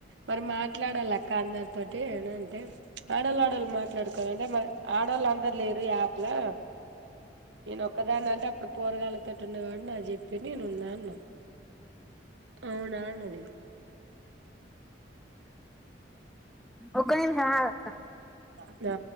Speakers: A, on the right; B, in the centre.
A: మరి మాట్లాడాలి అక్క అందరి తటే ఏన అంటే ఆడలు ఆడలు మాట్లాడుకోవాల అంటే మ ఆడలా అందరూ లేరు యాప్లా నేను ఒక్కదాని అంటే ఇప్పుడు పోరగాళ్లతో ఉన్నవాడు నా చెప్పి నేను ఉన్నా అన్న
B: అ
A: అవునా అన్నది
B: ఒక్క నిమిషం ఆగు
A: ఆ